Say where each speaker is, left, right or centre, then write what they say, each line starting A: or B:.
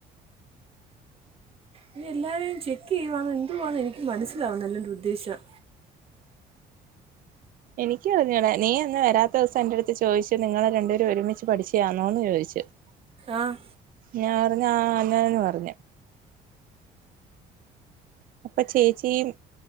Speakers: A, on the right; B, on the right.
A: ഇനി എല്ലാവരേും ചെക്ക് ചെയ്യുകവാെന്ന് എന്തുവാണന്ന് എനിക്ക് മനസ്സിലാവുന്നല്ല എൻ്റെ ഉദ്ദേശം
B: എനിക്ക് പററിഞ്ഞോളേ നീ അന്ന് വരാത്ത ദിവസം എൻന്റെറടുത്ത് ചോദിച്ച് നിങ്ങള് രണ്ടുപേര് ഒരുമിച്ച് പഠിച്ചാണോ എന്ന് ചോദിച്ചു <inaudible>
A: ആഹ്
B: ഞാൻ പറഞ്ഞ അല്ലന്ന് പറഞ്ഞു അപ്പൊ ചേച്ചിയും